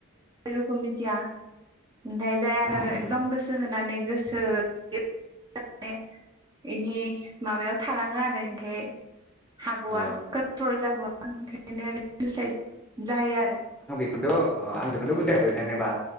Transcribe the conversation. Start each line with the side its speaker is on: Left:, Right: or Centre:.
Right: <inaudible> रुखोम मिथिया ओमफाय जाय
Centre: उम
Right: आरो
Centre: उम
Right: एकदम गोसो होनानै गोसो <inaudible> <inaudible> ने बेनि माबायाव थालाङो आरो ओनिखाय हागवा
Centre: औ
Right: कट्रल जागवा ओंखायनो आरो सुइसाइद जायो आरो।
Centre: त' ओ आङो बेखौनथ' बुजायहरदों जेनेबा